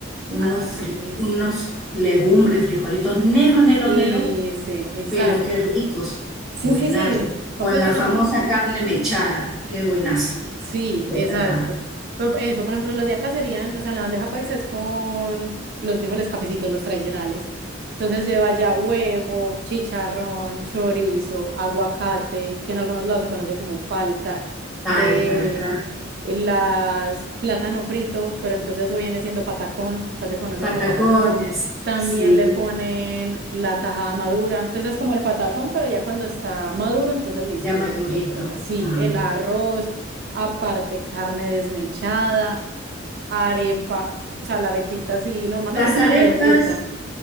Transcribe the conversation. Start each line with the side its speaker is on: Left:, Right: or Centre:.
Centre: unos,
Right: ah,
Centre: fri-
Right: es-
Centre: unos legumbres, frijolitos negros, negros,
Right: ese,
Centre: negros,
Right: exacto.
Centre: Pero qué ricos,
Right: Sí,
Centre: buenazo.
Right: sí, sí, complejos
Centre: Con la
Right: son
Centre: famosa
Right: muy ricos.
Centre: carne mechada, qué buenazo,
Right: Sí,
Centre: de
Right: exacto.
Centre: verdad.
Right: Pero eso, por ejemplo, los de acá serían, o sea, en la bandeja paisa es con los frijoles cafecitos, los tradicionales. Entonces lleva ya huevo, chicharrón, chorizo, aguacate, que en algunos lados se conoce como palta,
Centre: Palta
Right: eh,
Centre: acá,
Right: el las plátano frito, pero entonces eso viene siendo patacón, acá se conoce
Centre: patacones,
Right: como patacón. También
Centre: sí,
Right: le ponen la tajada madura, entonces es como el patacón, pero ya cuando está maduro, entonces listo,
Centre: ya
Right: se,
Centre: madurito.
Right: se coloca así,
Centre: Ah.
Right: el arroz, aparte carne desmechada, arepa, o sea, la arepita así, normalmente
Centre: Las
Right: es
Centre: arepas,
Right: una redondita.